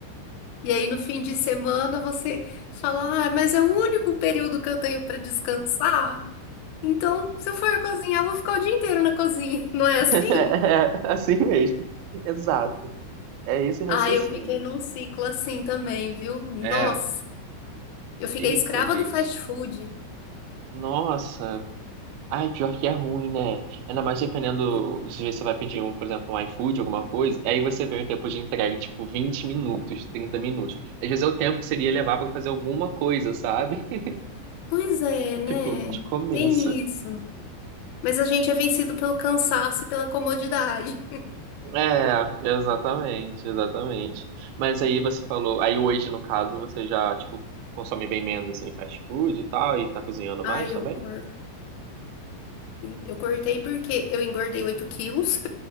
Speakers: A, on the left; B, on the right.
A: E aí, no fim de semana, você fala: Ah, mas é o único período que eu tenho pra descansar. Então, se eu for cozinhar, eu vou ficar o dia inteiro na cozinha. <laughs> Não é assim?
B: É, assim mesmo. Exato. É esse raciocínio.
A: Ah, eu fiquei num ciclo assim também, viu? Nossa,
B: É.
A: eu fiquei
B: Eita,
A: escrava
B: gente.
A: do fast food.
B: Nossa. Ai, pior que é ruim, né? Ainda mais dependendo.
A: E-
B: Às vezes você vai pedir um, por exemplo, um iFood, alguma coisa. Aí você vê um tempo de entrega, tipo, 20 minutos, 30 minutos. Às vezes é o tempo que seria levar pra fazer alguma coisa, sabe? <laughs>
A: Pois é, né?
B: Tipo, de começo.
A: Tem isso. Mas a gente é vencido pelo cansaço e pela comodidade.
B: É, exatamente, exatamente. Mas aí você falou. Aí hoje, no caso, você já, tipo, consome bem menos, assim, fast food e tal, e tá cozinhando mais
A: Ai,
B: também?
A: eu cortei. Eu cortei porque eu engordei 8 quilos